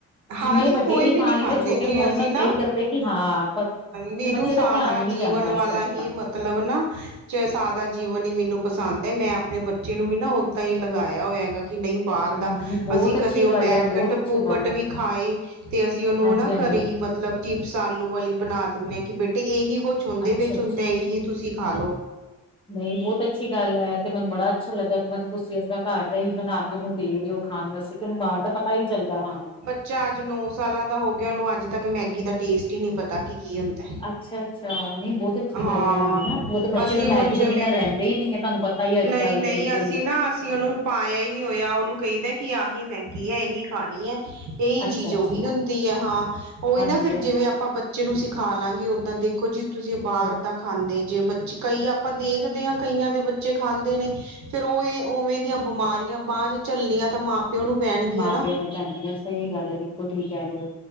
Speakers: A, on the right; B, on the left.
A: ਹਾਂ
B: ਜਿਵੇਂ
A: ਅਸੀਂ
B: ਵੱਡੇ
A: ਕੋਈ
B: ਨੀ
A: ਵੀ
B: ਖਾਣੀ
A: ਨਹੀਂ ਖਾਂਦੇ
B: ਤੇ ਛੋਟੇ
A: ਜੀ
B: ਮੋਲ
A: ਅਸੀਂ ਨਾ
B: ਇਹੀ ਕਰਦੇ ਕਿ ਹਾਂ ਬਸ
A: ਮੈਨੂੰ
B: ਤੇ ਬੱਚੇ
A: ਸਾਦਾ
B: ਦਾ ਧਿਆਨ ਹੀ ਨਹੀਂ
A: ਜੀਵਨ
B: ਜਾਂਦਾ
A: ਵਾਲਾ
B: ਇਸ ਕਰਕੇ
A: ਹੀ ਮਤਲਬ ਨਾ ਚ ਸਾਦਾ ਜੀਵਨ ਹੀ ਮੈਨੂੰ ਪਸੰਦ ਹੈ ਮੈਂ ਆਪਣੇ ਬੱਚੇ ਨੂੰ ਵੀ ਉਦਾਂ ਹੀ ਲਗਾਇਆ ਹੋਇਆ ਹੈਗਾ ਕਿ ਨਹੀਂ ਬਾਹਰ
B: ਹੂੰ,
A: ਦਾ
B: ਬਹੁਤ
A: ਅਸੀਂ
B: ਅੱਛੀ
A: ਕਦੇ ਉਹ
B: ਗੱਲ
A: ਪੈਕਟ
B: ਹੈ ਬਹੁਤ ਅੱਛੀ
A: ਪੂਕਟ
B: ਗੱਲ ਹੈ
A: ਵੀ ਖਾਏ ਤੇ ਅਸੀਂ ਉਹਨੂੰ
B: ਹਾਂਜੀ
A: ਨਾ
B: ਹਾਂਜੀ
A: ਕਰੀਮ ਮਤਲਬ ਚਿਪਸ ਆਲੂ ਵਾਲੀ ਬਣਾ ਦਿੰਨੇ ਕਿ ਬੇਟੇ ਇਹੀ ਕੁਛ ਹੁੰਦੇ
B: ਅੱਛਾ
A: ਵਿੱਚ
B: ਅੱਛਾ
A: ਹੁੰਦਾ। ਇਹੀ ਤੁਸੀਂ ਖਾ ਲੋੋ।
B: ਨਹੀਂ ਬਹੁਤ ਅੱਛੀ ਗੱਲ ਹੈ ਤੇ ਮੈਨੂੰ ਬੜਾ ਅੱਛਾ ਲੱਗਾ ਕਿ ਮਤਲਬ ਤੁਸੀਂ ਇਸਦਾ ਘਰ ਦਾ ਹੀ ਬਣਾ ਕੇ ਕਿਹਨੂੰ ਦੇ ਰਹੇ ਹੋ ਖਾਣ ਵਾਸਤੇ ਕਿਹਨੂੰ ਬਾਹਰ ਦਾ ਪਤਾ ਹੀ ਚੱਲਦਾ ਹਾਂ।
A: ਚ ਅੱਜ ਨੌ ਸਾਲਾਂ ਦਾ ਹੋ ਗਿਆ ਉਹਨੂੰ ਅੱਜ ਤੱਕ ਮੈਗੀ ਦਾ ਟੇਸਟ ਹੀ ਨਹੀਂ ਪਤਾ ਕੀ ਕੀ ਹੁੰਦਾ
B: ਅੱਛਾ ਅੱਛਾ ਨਹੀਂ ਬਹੁਤ ਅੱਛੀ
A: ਹਾਂ
B: ਗੱਲ ਹੈ ਹਨਾ ਉਹ ਤਾਂ ਬੱਚੇ
A: ਅਸੀਂ
B: ਤਾਂ ਮੈਗੀ
A: ਹੁਣ ਜਿਵੇਂ
B: ਤੋਂ ਬਿਨਾਂ ਰਹਿੰਦੇ ਹੀ ਨਹੀਂ ਹੈ ਤੁਹਾਨੂੰ ਪਤਾ ਹੀ ਅੱਜ
A: ਨਹੀਂ
B: ਕੱਲ
A: ਨਹੀਂ
B: ਦੇ ਬਿਲਕੁਲ
A: ਅਸੀਂ
B: ਹੀ
A: ਨਾ ਅਸੀਂ ਉਹਨੂੰ ਪਾਇਆ ਹੀ ਨਹੀਂ ਹੋਇਆ ਉਹਨੂੰ ਕਹਿੰਦਾ ਕਿ ਆਹੀ ਮਹਿੰਗੀ ਹੈ ਇਹੀ ਖਾਣੀ ਹੈ। ਇਹੀ
B: ਅੱਛਾ
A: ਚੀਜ਼
B: ਅੱਛਾ
A: ਉਹੀ
B: ਅੱਛਾ
A: ਹੁੰਦੀ ਹੈ ਹਾਂ, ਉਹੀ
B: ਹਾਂਜੀ
A: ਨਾ ਫਿਰ
B: ਹਾਂਜੀ
A: ਜਿਵੇਂ ਆਪਾਂ ਬੱ ਬੱਚੇ ਨੂੰ ਸਿਖਾ ਲਾਗੀ ਓਦਾਂ ਦੇਖੋ ਜੀ ਤੁਸੀਂ ਬਾਹਰ
B: ਉਹ
A: ਦਾ ਖਾਂਦੇ ਜੇ ਬੱਚੇ ਕਈ ਆਪਾਂ ਦੇਖਦੇ ਹਾਂ ਕਈਆਂ ਦੇ ਬੱਚੇ ਖਾਂਦੇ ਨੇ ਫਿਰ ਉਹ ਓਵੇਂ ਦੀਆਂ ਬਿਮਾਰੀਆਂ ਬਾਅਦ ਚ ਝੱਲਣੀਆਂ ਤਾਂ ਮਾਂ ਪਿਓ ਨੂੰ ਪੈਣਗੀਆਂ
B: ਮਾਂ
A: ਨਾ
B: ਪਿਓ ਨੂੰ ਪੈਂਦੀਆਂ ਸਹੀ ਗੱਲ ਬਿਲਕੁਲ ਠੀਕ ਕਹਿ ਰਹੇ ਹੋ